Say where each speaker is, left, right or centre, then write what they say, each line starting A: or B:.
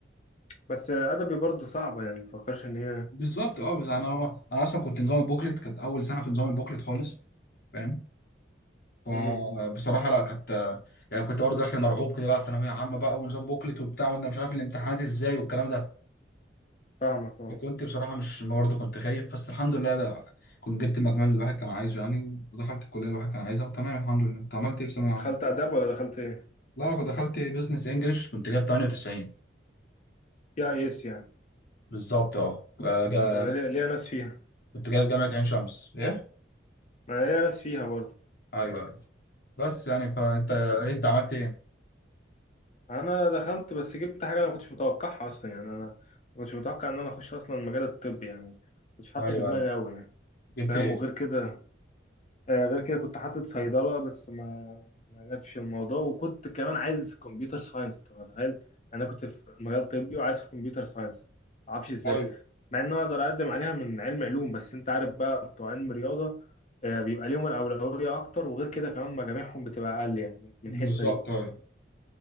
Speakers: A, on the left (about 40°); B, on the left (about 55°).
A: بس أدبي برضو صعبة يعني مفكرش إن هي
B: بالظبط اه بس انا انا اصلا كنت نظام البوكلت كانت اول سنه في نظام البوكلت خالص فاهم فبصراحه
A: مم.
B: لا كانت يعني كنت برضه داخل مرعوب كده بقى ثانويه عامه بقى ونظام بوكلت وبتاع وانا مش عارف الامتحانات ازاي والكلام ده
A: فاهمك أه
B: فكنت بصراحه مش برضه كنت خايف بس الحمد لله ده كنت جبت المجموع اللي الواحد كان عايزه يعني ودخلت الكليه اللي الواحد كان عايزها وتمام الحمد لله انت عملت ايه في ثانويه
A: دخلت
B: عامه
A: آداب ولا دخلت إيه؟
B: لا أنا دخلت بزنس انجلش كنت جايب 98
A: يا يس يعني
B: بالظبط اه جا-
A: ما أنا
B: جا-
A: ليا ليا ناس فيها
B: كنت جايب جامعة عين شمس ايه
A: ما أنا ليا ناس فيها برضو
B: ايوه ايوه بس يعني فانت انت عملت ايه
A: انا دخلت بس جبت حاجه انا ما كنتش متوقعها اصلا يعني انا ما كنتش متوقع ان انا اخش اصلا المجال الطبي يعني ما كنتش حاطه
B: ايوه
A: في دماغي
B: ايوه
A: قوي يعني
B: جبت
A: فاهم
B: ايه
A: وغير كده آه غير كده كنت حاطط صيدله بس ما ما جابش الموضوع وكنت كمان عايز كمبيوتر ساينس انت متخيل يعني انا كنت في مجال طبي وعايز كمبيوتر ساينس ما اعرفش ازاي
B: ايوه
A: مع ان انا اقدر اقدم عليها من علم علوم بس انت عارف بقى بتوع علم رياضه آه بيبقى ليهم الاولويه اكتر وغير كده كمان مجاميعهم بتبقى اقل يعني من
B: بالظبط
A: الحته دي
B: ايوه